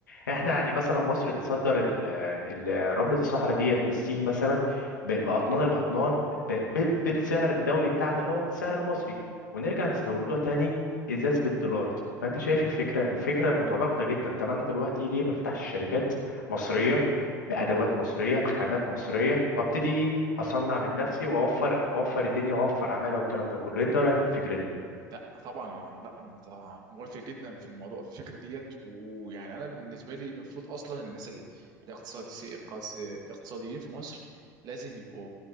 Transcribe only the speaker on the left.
احنا يعني مثلا مصر بتصدر ال- ال- رملة الصحراء ديت للصين مثلا ب- بأطنان الأطنان ب- ب- بالسعر الدولي بتاعنا اللي هو السعر المصري ونرجع نستوردوها تاني ازاز بالدولار فانت شايف الفكره الفكره متناقضه جدا طب انا دلوقتي ليه ما افتحش شركات مصريه بادوات مصريه بخامات مصريه وابتدي ايه اصنع من نفسي واوفر واوفر الدنيا واوفر عماله والكلام ده كله انت رايك في الفكره دي